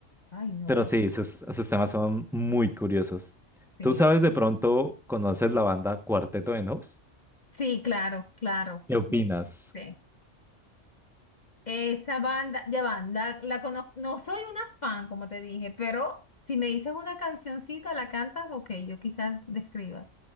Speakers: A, on the left; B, in the centre.
A: ay, no,
B: Pero
A: por
B: sí,
A: favor,
B: sus, sus temas son muy curiosos.
A: sí.
B: ¿Tú sabes de pronto, conoces la banda Cuarteto de Nos?
A: Sí, claro, claro.
B: ¿Qué opinas?
A: Sí. sí. Esa banda, ya banda, la la conozco, no soy una fan, como te dije, pero si me dices una cancioncita, la cantas, ok, yo quizás describa,